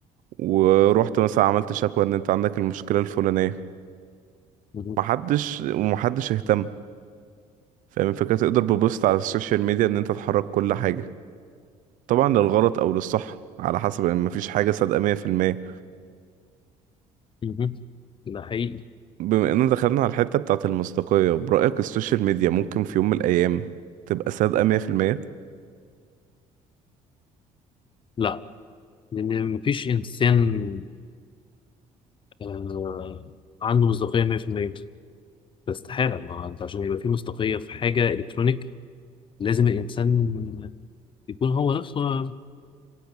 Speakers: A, on the right; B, on the left.
A: ورحت مثلا عملت شكوى ان انت عندك المشكلة الفلانية
B: مهم.
A: محدش ومحدش اهتم فاهم الفكرة تقدر ببوست على السوشيال ميديا ان انت تحرك كل حاجة طبعا للغلط او للصح على حسب ان مفيش حاجة صادقة 100%
B: مهم. ده حقيقي
A: بما اننا دخلنا على الحتة بتاعة المصداقية برأيك السوشيال ميديا ممكن في يوم من الايام تبقى صادقة 100%
B: لا لأن مفيش إنسان آه، عنده مصداقية 100% ده استحالة ما أنت عشان يبقى في مصداقية في حاجة إلكترونيك لازم الإنسان يكون هو نفسه